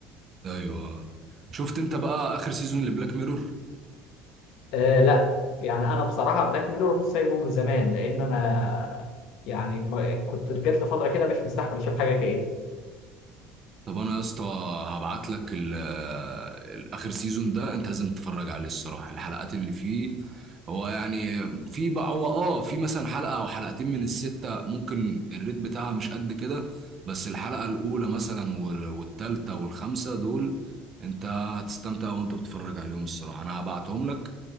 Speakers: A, on the right; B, on the left.
A: ايوه شفت انت بقى اخر سيزون لبلاك ميرور
B: آه لا يعني انا بصراحه بلاك ميرور سايبه من زمان لان انا يعني ما- كنت جات لي فتره كده مش مستحمل اشوف حاجه كده
A: طب انا يا اسطى هبعت لك ال- الاخر سيزون ده انت لازم تتفرج عليه الصراحه الحلقات اللي فيه هو يعني في بقى هو اه في مثلا حلقه او حلقتين من السته ممكن الريت بتاعها مش قد كده بس الحلقه الاولى مثلا وال- والتالته والخامسه دول انت هتستمتع وانت بتتفرج عليهم الصراحه انا هبعتهم لك